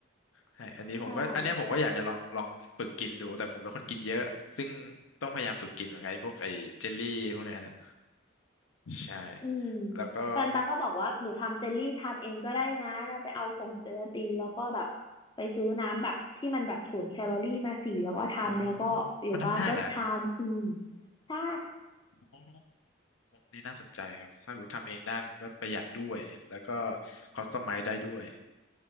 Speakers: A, on the left; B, on the left.
A: ใช่อันนี้ผมก็อันเนี้ยผมก็อยากจะลองลองฝึกกินดูแต่ผมเป็นคนกินเยอะซึ่ง
B: ใช่ค่ะ
A: ต้องพยายามฝึกกินเหมือนกันไอ้พวกไอ้เจลลี่พวกเนี้ยฮะ ใช่
B: อืม
A: แล้วก็
B: แฟนตาก็บอกว่าหนูทำเจลลี่ทานเองก็ได้นะเนี่ยไปเอาผงเจลาตินแล้วก็แบบไปซื้อน้ำแบบที่มันแบบศูนย์แคลอรี่มาสี่แล้วก็ทำแล้วก็อยู่บ้านก็ทานฟรี
A: อ๋อ มันทำง่ายแหละ
B: ใช่
A: อ๋อ นี่น่าสนใจครับ ถ้าผมทำเองได้มันก็ประหยัดด้วย แล้วก็คอสตอมไมซ์ได้ด้วย